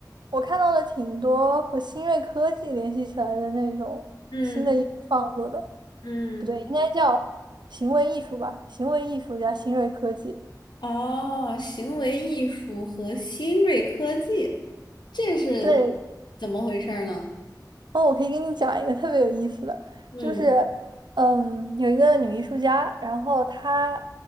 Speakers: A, on the right (about 80°); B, on the left (about 80°).
A: 我看到了挺多和新锐科技联系起来的那种新的艺术创作的，
B: 嗯嗯，
A: 不对，应该叫行为艺术吧，行为艺术家、新锐科技。
B: 哦，行为艺术和新锐科技，这是
A: 对，
B: 怎么回事儿呢？
A: 哦，我可以给你讲一个特别有意思的，
B: 嗯
A: 就是，嗯，有一个女艺术家，然后她